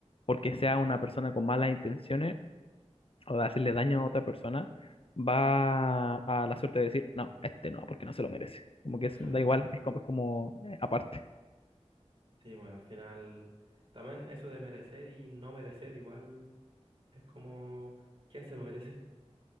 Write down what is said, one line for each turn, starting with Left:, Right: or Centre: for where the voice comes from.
Left: porque sea una persona con malas intenciones o de hacerle daño a otra persona, va a la suerte de decir, no, este no, porque no se lo merece. Como que es-
Right: claro.
Left: da igual, es como, es como eh, aparte.
Right: Sí, pues al final también eso de merecer y no merecer igual es como, ¿quién se lo merece? <laughs>